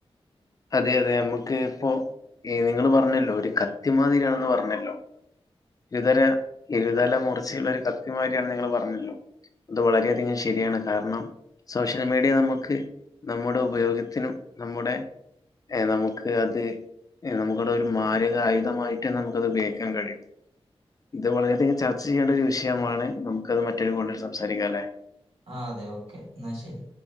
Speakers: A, on the left; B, on the right.
A: അതെ അതെ നമ്മക്ക് ഇപ്പോ ഏയ് നിങ്ങള് പറഞ്ഞല്ലോ ഒരു കത്തി മാതിരിയാണെന്ന് പറഞ്ഞല്ലോ? ഇരുതര ഇരുതല മുർച്ചയുള്ള ഒരു കത്തിമാരിയാണ് നിങ്ങള് പറഞ്ഞല്ലോ? അത് വളരെയധികം ശരിയാണ് കാരണം സോഷ്യൽ മീഡിയാ നമ്മക്ക് നമ്മടെ ഉപയോഗത്തിനും നമ്മടെ ഏഹ് നമുക്ക് അത് ഏഹ് നമുക്കെടെ ഒരു മാരക ആയുധമായിട്ട് നമുക്കത് ഉപയോഗിക്കാൻ കഴിയും. ഇത് വളരെയധികം ചർച്ച ചെയ്യേണ്ട ഒരു വിഷയമാണ് നമുക്കത് മറ്റൊരു കോളിൽ സംസാരിക്കാം അല്ലേ?
B: ആഹ് അതെ ഓക്കെ എന്നാ ശരി.